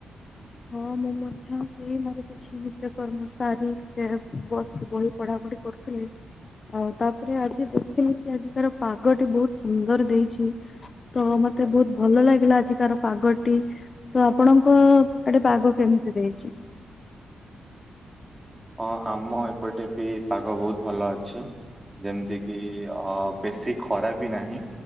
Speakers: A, on the left; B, on the right.
A: ହୁଁ। ମୁଁ ମଧ୍ୟ ସେଇ ମୋର କିଛି ନିତ୍ୟ କର୍ମ ସାରୀ ଟିକେ ବସି ବହି ପଢାପଢି କରୁଥିଲି। ହଁ <unintelligible> ଆଉ ତାପରେ ଆଜି ଦେଖିଲି କି ଆଜି ତାର ପାଗଟି ବହୁତ ସୁନ୍ଦର ଦେଇଛି ତ ମତେ ମତେ ବହୁତ ଭଲ ଲାଗିଲା ଆଜିକାର ପାଗଟି ତ ଆପଣଙ୍କ ଏଟେ ପାଗ କେମିତି ଦେଇଛି?
B: ହଁ ଆମ ଏପଟେ ବି ପାଗ ବହୁତ ଭଲ ଅଛି। ଯେମିତି କିି ଅ ବେଶୀ ଖରା ବି ନାହିଁ।